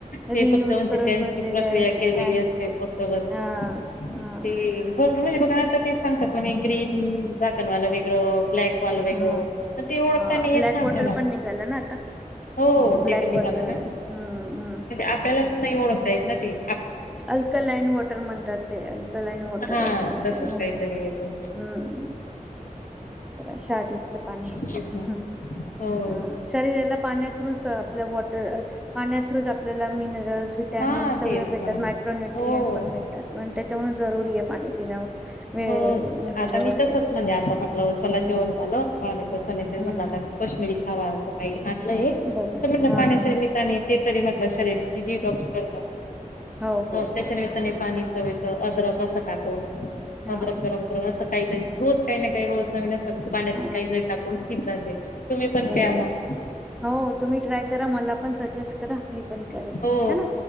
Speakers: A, on the left; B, in the centre.
A: ते
B: रियूज
A: फक्तऽ
B: करून
A: त्यांची
B: भरलेलं
A: प्रक्रिया
B: आहे की
A: केलेली
B: काय?
A: असते, फक्त बस,
B: हां, हां.
A: ते होत म्हणजे बघा नाता ते सांगतातऽ ग्रीन झाकणवाला वेगळं, ब्लॅकऽ वालं वेगळं,
B: हां,
A: तर ते ओळखता
B: हां.
A: नाही
B: ब्लॅक
A: येत ना आपल्याला,.
B: वॉटर पण निघालं ना आता.
A: हो,
B: ब्लॅक
A: ते पण निघाला
B: वॉटर.
A: ना,,,
B: हं,
A: आपल्यालाच नाही ओळखता येत ना तेऽ
B: अल्कलाइन वॉटर म्हणतात ते,, अल्कलाइन वॉटर
A: हा
B: अस काहीतरी
A: तसच
B: म्हणतात.
A: काहीतरी येते
B: हम्म्, शारीयुक्त पाणी,,
A: तेच ना
B: ह् हम
A: हो
B: हम, शरीरला पाण्यातऽ आप वॉ पा ्र, आपल्या मिनरल्स, विटामिन
A: हा
B: सगळचऽ
A: तेच ना
B: यक्रो न्यट्रिं
A: हो
B: पण भेटतात, त्याच्यामुळे जरुरी आहे पाणी पिणं वेळ
A: हो,
B: म्हणजे
A: आता
B: व्यवस्थित
A: मी तसच म्हणजे आता म्हटलं चला
B: हम्म
A: जेवण झालं,,, कसं नाही म्हण
B: हम्म
A: आता कश्मीिरीऽ हवा असं काही आणलंय,, असं
B: बरं
A: म्हटलं
B: हा
A: पाण्याच्या
B: हा हा
A: निमित्त न तेऽ तरी म्हटलं शरीर डिटॉक्स करतात,,
B: हो हो
A: त्याच्या
B: हो
A: निमित्ताने
B: बरोबर
A: पाणी चऽ अदरक असं टाकून,,
B: हा
A: अदरक गरम करून,, असं काहीतरी रोज काही ना काही रोजऽ नवीन अस पाण्यात
B: हा
A: काही वेळ टाकून,, खिचात तुम्ही पण
B: बरोबर
A: प्या म्हऽ
B: आहे हो, तुम्ही ट्राय करा मला पण सजेस्ट करा, मी पण करेल,
A: हो
B: ह ना.